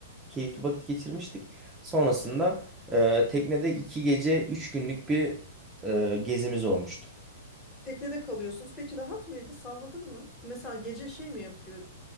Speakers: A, on the right; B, on the left.
A: keyifli vakit geçirmiştik. Sonrasında e, teknede iki gece üç günlük bir e, gezimiz olmuştu.
B: Teknede kalıyorsunuz. Peki rahat mıydı? Salladı mı? Mesela gece şey mi yapıyor?